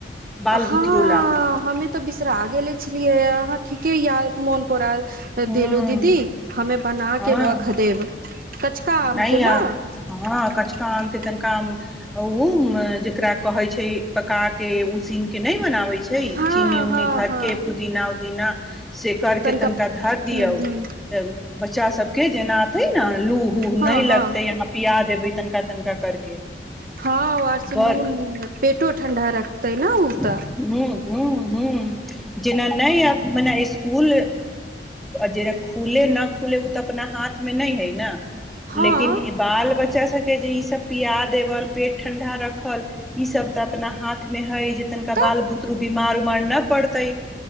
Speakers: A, in the centre; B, on the right.
A: बाल
B: हँ
A: बुतरू ला
B: हमे तऽ बिसरा गेले छलियै अहां। ठीके य मोन। पोरा
A: हँ
B: देलू दीदी हमे बना
A: हँ
B: के रख देब कचका आम
A: नहि
B: के ने।
A: आ
B: <unintelligible>
A: हँ कचका आम के तनिका उ जेकरा कहे छै पका के उसीन के नहि मनावे छै।
B: हँ
A: चीनी उनी
B: हँ
A: धरके
B: हँ
A: पुदीना उदिना। सेकारके
B: तनिका
A: तन। आधार दिया
B: हूँ
A: बच्चा।
B: हूँ
A: बच्चा सब के जेना अथे ने। लू हू
B: हँ
A: न लगते
B: हँ
A: यहाँ पिया देबे। तनखा -तनखा करके। <unintelligible>
B: हँ आर सलून।
A: बड़
B: <unintelligible> पेटो ठण्डा रखतै ने ओ।
A: हूं
B: तऽ
A: हूं। ह जेना नहि आब मने स्कूल जे खुले न खुले ओ तऽ अपना हाथ मे नहि है ने।
B: हँ
A: लेकिन ई बाल बच्चा से। के जे ई सब पियाा देबल पेट ठंडा रखल ई सब तऽ अपना हाथ में हय जे। तनिका
B: तऽ
A: बाल बुतरु बीमार उमार नहि पड़तै